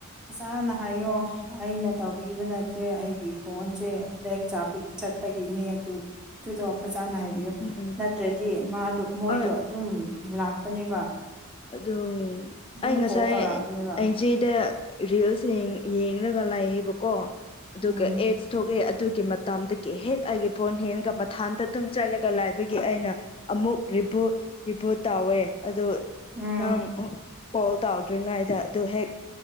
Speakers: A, in the centre; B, on the left (about 25°).
A: ꯅꯁꯥꯅ ꯍꯥꯏꯌꯣ ꯑꯩꯅ ꯇꯧꯕꯤꯕ ꯅꯠꯇ꯭ꯔꯦ ꯑꯩꯒꯤ ꯐꯣꯟꯁꯦ ꯂꯦꯛ ꯆꯥꯕꯩ ꯆꯠꯄꯒꯤꯅꯦ ꯑꯗꯨ ꯇꯨꯗ ꯐꯖꯥꯅ ꯍꯥꯏ ꯕꯤꯌꯣ
B: ꯎꯝ
A: ꯅꯠꯇ꯭ꯔꯗꯤ ꯃꯥꯗꯣ ꯃꯣꯏꯗꯣ
B: ꯍꯣꯏ
A: ꯑꯗꯨꯝ ꯂꯥꯛꯄꯅꯦꯕ
B: ꯑꯗꯨ
A: ꯑꯗꯨꯝ
B: ꯑꯩ ꯉꯁꯥꯏ
A: ꯀꯣꯜ ꯇꯧꯔꯛꯄꯅꯦꯕ
B: ꯑꯩꯖꯦꯗ ꯔꯤꯜꯁ ꯌꯦꯡ ꯌꯦꯡꯔꯒ ꯂꯩꯌꯦꯕꯀꯣ ꯑꯗꯨꯒ
A: ꯎꯝ
B: ꯑꯦꯠꯁ ꯊꯣꯛꯑꯦ ꯑꯗꯨꯒꯤ ꯃꯇꯝꯗ ꯀꯦ ꯍꯦꯛ ꯑꯩꯒꯤ ꯐꯣꯟ ꯍꯦꯡꯒ ꯃꯊꯥꯟꯇ ꯑꯗꯨꯝ ꯆꯠꯂꯒ ꯂꯥꯏꯕꯒꯤ ꯑꯩꯅ ꯑꯃꯨꯛ ꯔꯤꯕꯨꯠ ꯔꯤꯕꯨꯨꯠ ꯇꯧꯋꯦ ꯑꯗꯨ
A: ꯎꯝ
B: ꯅꯪ ꯀꯣꯜ ꯇꯧꯗ꯭ꯔꯤꯉꯩꯗ ꯑꯗꯨ ꯍꯦꯛ